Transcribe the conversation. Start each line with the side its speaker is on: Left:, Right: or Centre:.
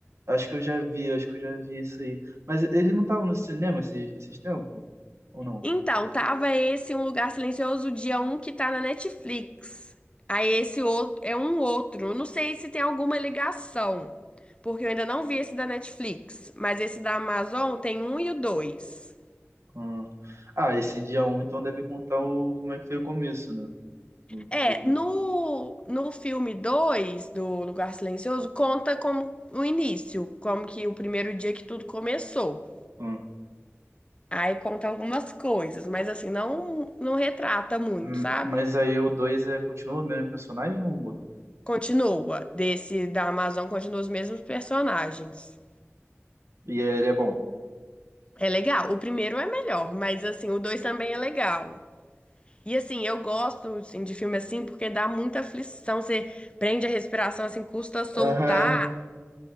Right: Acho que eu já vi, acho que eu já vi isso aí. Mas ele não tava no cinema esses, esses tempos? Ou não?
Left: Então, tava esse Um Lugar Silencioso, dia um que tá na Netflix. Aí esse outro é um outro. Eu Não sei se tem alguma ligação, porque eu ainda não vi esse da Netflix, mas esse da Amazon tem um e o dois.
Right: Ah, Ah, esse dia um, então deve contar o, como é que foi o começo, né? O-
Left: É,
Right: de-
Left: no, no filme 2 do Um Lugar Silencioso, conta como o início, como que o primeiro dia que tudo começou.
Right: ah.
Left: Aí conta algumas coisas, mas assim, não, não retrata muito,
Right: Hum,
Left: sabe?
Right: Mas aí o 2 é, continua o mesmo personagem ou muda?
Left: Continua. Desse da Amazon continua os mesmos personagens.
Right: E ele é bom.
Left: É legal. O primeiro é melhor, mas assim, o dois também é legal. E assim, eu gosto assim, de filme assim porque dá muita aflição. Você prende a respiração, assim, custa soltar.
Right: Aham.